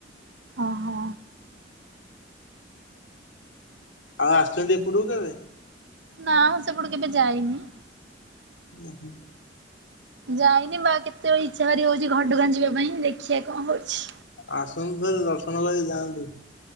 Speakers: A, on the right; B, on the left.
A: ଓହୋ।
B: ଆଉ ଆସିଛନ୍ତି ଏପଟକୁ କେବେ?
A: ନା ମୁଁ ସେପଟକୁ କେବେ ଯାଇନି
B: ଉଁ ହୁଁ।
A: ଯାଇନି ବା କେତେବେଳେ ଇଚ୍ଛା ଭାରି ହଉଛି ଘଟଗାଁ ଯିବା ପାଇଁ ଦେଖିବା କଣ ହଉଛି।
B: ଆସନ୍ତୁ ଥରେ ଦର୍ଶନ କରି ଯାଆନ୍ତୁ।